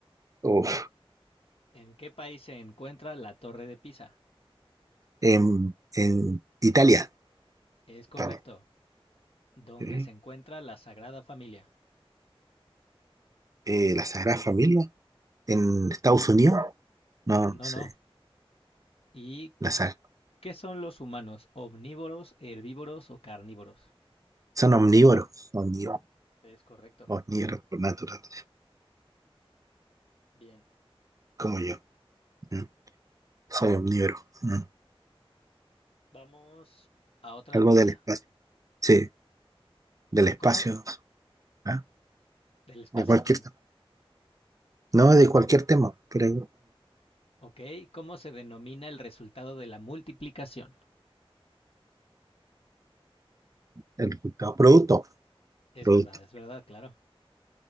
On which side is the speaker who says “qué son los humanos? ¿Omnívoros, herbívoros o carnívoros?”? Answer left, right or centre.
Left